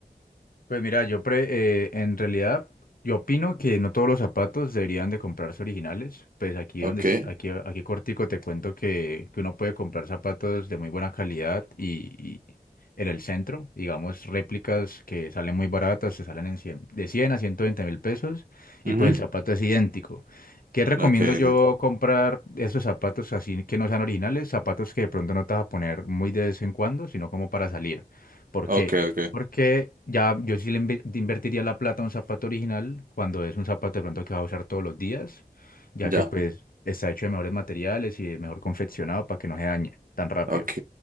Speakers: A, on the left; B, on the right.
A: Pues mira, yo pre- eh, en realidad yo opino que no todos los zapatos deberían de comprarse originales. Pues aquí
B: Ok.
A: donde es- aquí aquí cortico te cuento que, que uno puede comprar zapatos de muy buena calidad y, y en el centro, digamos réplicas que salen muy baratas, se salen en 100, de cien a ciento veinte mil pesos y
B: Ujú.
A: pues el zapato es idéntico. ¿Qué recomiendo
B: Ok, ok,
A: yo comprar esos zapatos así que no sean originales? Zapatos que de pronto no te vas a poner muy de vez en cuando, sino como para salir. ¿Por
B: ok,
A: qué?
B: ok.
A: Porque ya yo sí le inve- invertiría la plata a un zapato original cuando es un zapato de pronto que va a usar todos los días, ya
B: Ya.
A: que pues está hecho de mejores materiales y de mejor confeccionado para que no se dañe tan rápido.
B: Ok,